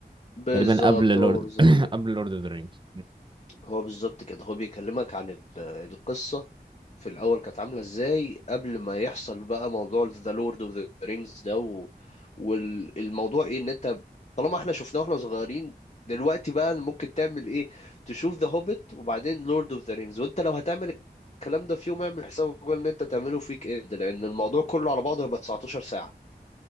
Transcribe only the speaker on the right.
تقريبا قبل
لورد
<coughs>
قبل لورد اوف ذا رينجز